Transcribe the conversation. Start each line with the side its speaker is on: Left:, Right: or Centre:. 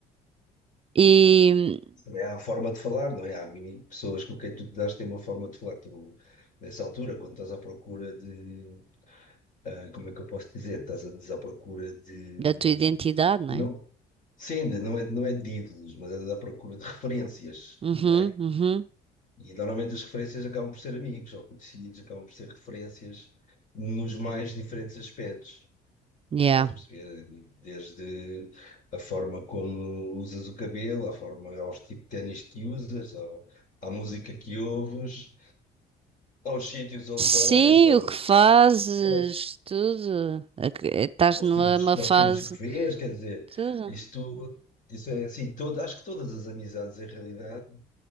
Right: E hum,
Left: Também há a forma de falar, não é? Há mini- pessoas com quem tu te das têm uma forma de falar. Tu, nessa altura, quando estás à procura de. ah, como é que eu posso dizer? Estás andas à procura de.
Right: da tua identidade, não
Left: Não,
Right: é?
Left: sim, de- não é, não é de ídolos, mas andas à procura de referências,
Right: Uhum.
Left: não é?
Right: Uhum.
Left: E normalmente as referências acabam por ser amigos ou conhecidos, acabam por ser referências nos mais diferentes aspectos.
Right: Yeah.
Left: Estás a perceber? Desde a forma como usas o cabelo, à forma, aos tipos de ténis que usas, ao- à música que ouves, aos sítios onde
Right: Sim,
Left: vais, aos,
Right: o que fazes,
Left: pronto,
Right: tudo. Ok, Estás
Left: aos
Right: numa
Left: filmes,
Right: numa
Left: aos
Right: fase,
Left: filmes que vês, quer dizer,
Right: tudo.
Left: isto, isso é assim, todo, acho que todas as amizades em realidade